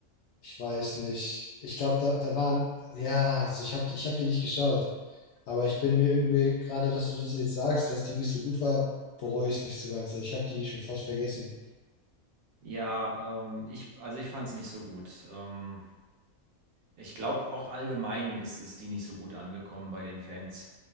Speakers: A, on the left; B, on the right.
A: ich weiß nicht. Ich glaube, da, da waren, ja, also ich habe ich hab die nicht geschaut, aber ich bin mir irgendwie, gerade dass du das jetzt sagst, dass die nicht so gut war, bereue ich es nicht so ganz. Also ich habe die schon fast vergessen.
B: ja, ähm, ich, also ich fand es nicht so gut. Ähm, ich glaube, auch allgemein ist, ist die nicht so gut angekommen bei den Fans.